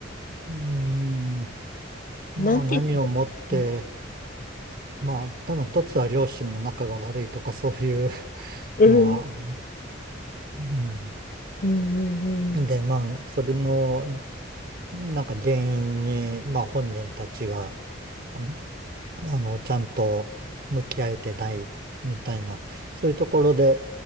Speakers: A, on the right; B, on the left.
A: うん、まあ何をもって、
B: なんて言うんですかね。
A: まあ、多分一つは両親の仲が悪いとかそういう <laughs>
B: うん。
A: のは、うん。
B: うんうん
A: で、まあ、それの、なんか原因に、まあ本人たちが、あの、あのちゃんと向き合えてないみたいな、そういうところで